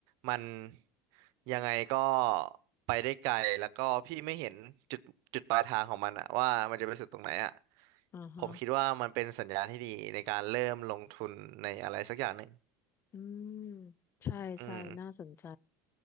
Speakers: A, on the right (about 65°); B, on the left (about 35°).
A: มันยังไงก็ไปได้ไกลแล้วก็พี่ไม่เห็นจุดจุดปลายทางของมันอะว่ามันจะไปสุดตรงไหนอะ
B: อ่าฮะ
A: ผมคิดว่ามันเป็นสัญญาณที่ดีในการเริ่มลงทุนในอะไรสักอย่างหนึ่ง
B: อืมใช่ใช่น่าสนใจ
A: อืม